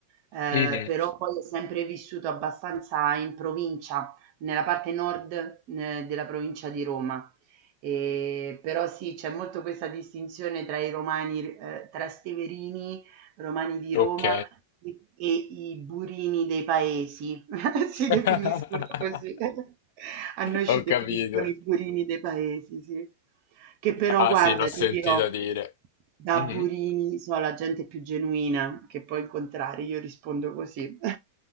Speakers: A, on the right; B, on the left.
A: eh,
B: Mhm,
A: però poi ho sempre vissuto abbastanza in provincia, nella parte nord, eh, della provincia di Roma. E, però sì, c'è molto questa distinzione tra i romani, eh, tra steverini, romani di
B: Ok.
A: Roma e i burini dei paesi. <laughs> Si
B: <laughs>
A: definiscono così. A noi ci
B: Ho
A: definiscono
B: capito.
A: i burini dei paesi, sì. Che però,
B: Ah
A: guarda,
B: sì, l'ho sentito
A: ti dirò,
B: dire.
A: da
B: Mhm.
A: burini so la gente più genuina che puoi incontrare, io rispondo così. <laughs>